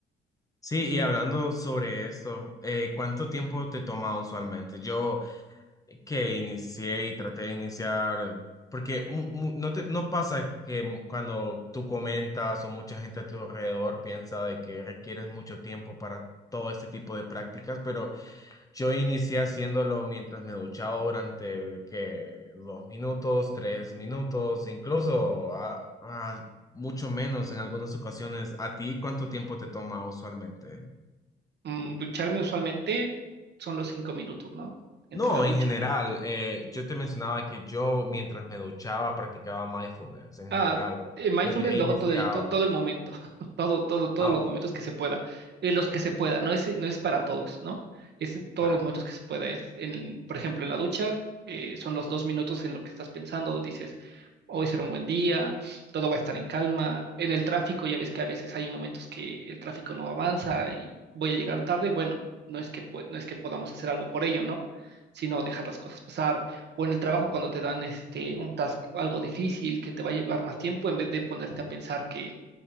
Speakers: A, on the left (about 15°); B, on the right (about 60°).
A: Sí, y hablando sobre esto, eh, ¿cuánto tiempo te toma usualmente? Yo que inicié y traté de iniciar, porque mu- mu- no te, no pasa que m- cuando tú comentas o mucha gente a tu alrededor piensa de que requieres mucho tiempo para todo este tipo de prácticas, pero yo inicié haciéndolo mientras me duchaba durante que dos minutos, tres minutos, incluso a- a mucho menos en algunas ocasiones. ¿A ti cuánto tiempo te toma usualmente?
B: Mm, ducharme usualmente son los cinco minutos, ¿no? Entre
A: No,
B: la ducha.
A: en general, eh, yo te mencionaba que yo mientras me duchaba practicaba mindfulness en
B: Ah,
A: general. ¿no?
B: eh, mindfulness
A: Desde ahí
B: luego
A: iniciaba.
B: todo el, to- todo el momento, <laughs> todo, todo, todos
A: Ah,
B: los momentos
A: Oh,
B: que se pueda, en los que se pueda, no es, no es para todos, ¿no? Es en todos
A: claro.
B: los momentos que se pueda. Es en, por ejemplo, en la ducha, eh, son los dos minutos en lo que estás pensando, dices, hoy será un buen día, todo va a estar en calma. En el tráfico, ya ves que a veces hay momentos que el tráfico no avanza y voy a llegar tarde, bueno, no es que, pue- no es que podamos hacer algo por ello, ¿no? sino dejar las cosas pasar o en el trabajo cuando te dan este un task algo difícil que te va a llevar más tiempo en vez de ponerte a pensar que